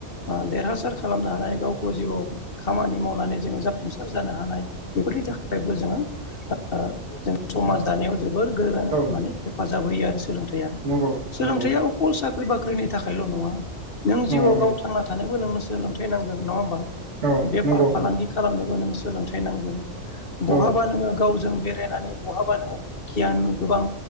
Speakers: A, on the left (about 45°); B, on the right (about 60°).
A: ओ देरहासार खालामनो हानाय गावखौ जिउआव खामानि मावनानै जोङो जाफुंसार जानो हानाय बेखौ बेफोरनि थाखायबो जोङो ओ जों समाज दानायाव जो बोर गोरोन
B: औ
A: माने हेफाजाब होयो आरो सोलोंथाइया
B: नंगौ
A: सोलोंथाइयाव
B: नंगौ
A: अखल साख्रि बाख्रिनि थाखायल' नङा नों जिउआव
B: नङ औ
A: गाव थांना थानोबो नोंनो सोलोंथाइ नांगोन नङा ओमबा?
B: औ
A: बेफार
B: नंगौ
A: फालांगि
B: नंगौ
A: खालामनोबो नों सोलोंथाइ नांगोन बहाबा
B: औ
A: नोङो गावजों बेरायनानै बहाबा नोङो गियान गोबां